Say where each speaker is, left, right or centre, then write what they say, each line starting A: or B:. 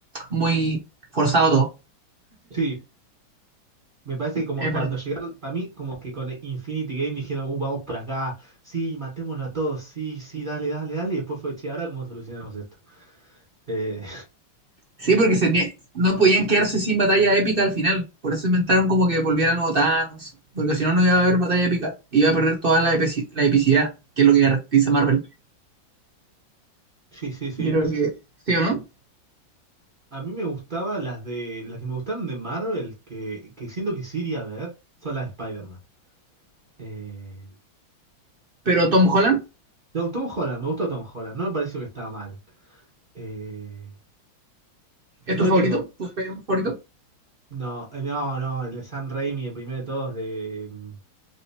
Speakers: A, on the right; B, on the right.
A: muy forzado todo.
B: sí, Me parece que como
A: Es
B: cuando
A: verdad.
B: llegaron, para mí, como que con Infinity Game dijeron, uh, vamos por acá, sí, matémoslo a todos, sí, sí, dale, dale, dale, y después fue, che, ahora cómo solucionamos esto. Eh,
A: Sí, porque se nie- no podían quedarse sin batalla épica al final. Por eso inventaron como que volviera el nuevo Thanos. Porque si no, no iba a haber batalla épica. Iba a perder toda la, epeci- la epicidad, que es lo que caracteriza a Marvel.
B: <laughs> sí, sí, sí.
A: Yo creo que sí o no.
B: A mí me gustaba las de, las que me gustaron de Marvel, que, que siento que sí iría a ver, son las de Spider-Man. Eh,
A: Pero Tom Holland.
B: no, Tom Holland, me gustó Tom Holland, no me pareció que estaba mal. Eh,
A: ¿Es
B: no
A: tu
B: le
A: favorito?
B: tengo,
A: ¿Tu superhéroe favorito?
B: no, eh, no, no, el de Sam Raimi, el primero de todos, de mm,